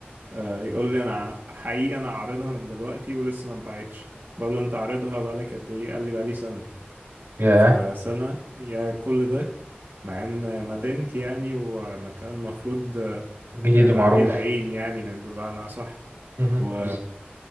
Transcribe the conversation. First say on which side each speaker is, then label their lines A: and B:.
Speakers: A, on the right (about 55°); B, on the right (about 85°).
A: آه، يقول لي انا ع- حقيقي انا عارضها من دلوقتي ولسه ما اتباعتش بقول له انت عارضها بقالك قد ايه قال لي بقالي سنة
B: ياه
A: فسنة يا كل ده مع ان مدينتي يعني ومكان مفروض آه،
B: جديد
A: آه،
B: ومعروف
A: عليه العين يعني من بمعنى اصح
B: مهم.
A: و...
B: بز...